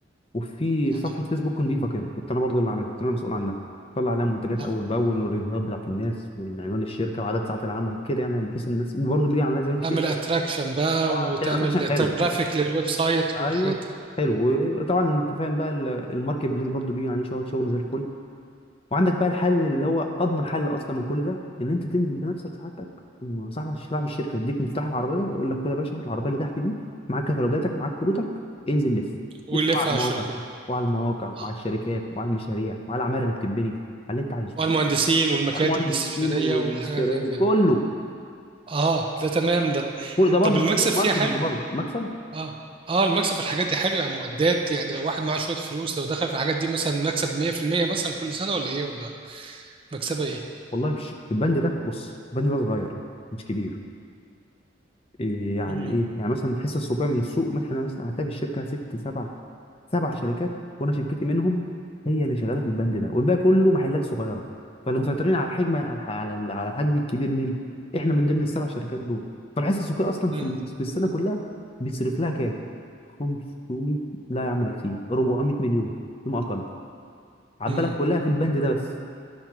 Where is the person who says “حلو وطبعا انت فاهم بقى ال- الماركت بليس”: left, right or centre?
Left